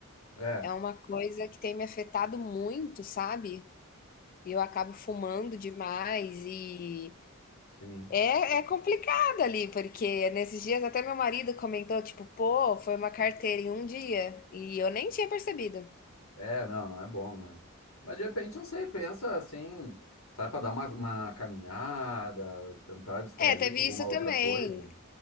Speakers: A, on the left (about 80°); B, on the left (about 40°).
A: É,
B: é uma coisa que tem me afetado muito, sabe? E eu acabo fumando demais e
A: sim.
B: é, é complicado ali, porque nesses dias até meu marido comentou, tipo, pô, foi uma carteira em um dia e eu nem tinha percebido.
A: É, não, não é bom, né? Mas de repente, não sei, pensa assim, sai pra dar uma, uma caminhada, tentar distrair
B: É, teve
A: com alguma
B: isso
A: outra
B: também.
A: coisa.